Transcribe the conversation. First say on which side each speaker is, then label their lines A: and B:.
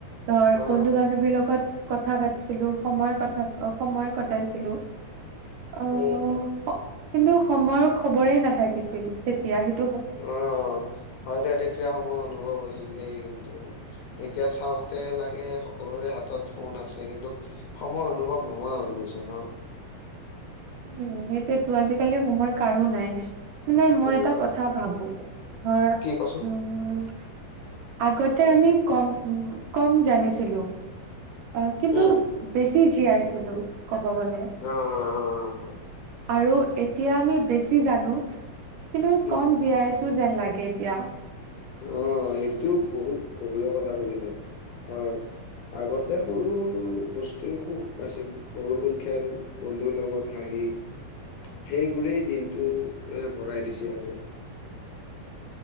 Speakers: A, on the right (about 75°); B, on the left (about 70°).
A: ধৰ
B: হা
A: বন্ধু বান্ধৱীৰ লগত। কথা পাতিছিলো সময় কথা সময় কটাইছিলো। আহ
B: উম।
A: কিন্তু সময়ৰ খবৰে নাথাকিছিল তেতিয়া স
B: অ' হয় দে তেতিয়া সময় অনুভৱ কৈছিল দেই কিন্তু এতিয়া চাওঁতে লাগে সকলোৰে হাতত ফোন আছে কিন্তু সময় অনুভৱ নোহোৱা হৈ গৈছে ন।
A: উম সেইটোয়েতো আজিকালি সময় কাৰো নাই। মানে মই
B: এই
A: এটা কথা ভাবো ধৰ
B: কি কচোন
A: উম। আগতে আমি কম উ কম জানিছিলো। আহ কিন্তু
B: উম
A: বেছি জীয়াইছিলো কব গলে।
B: অ হয় হয় হয় হয়
A: আৰু এতিয়া আমি বেছি জানো কিন্তু
B: উম
A: কম জীয়াই আছো যেন লাগে। এতিয়া।
B: অ' এইটো বহুত গভীৰৰ কথা কলি তই হয় আগতে সৰু সৰু বস্তুৱ সুখ আছিল বৰু কুন খেল। বন্ধুৰ লগত আহি। সেইবোৰেই দিনটো মানে ভৰাই দিছিল আৰু।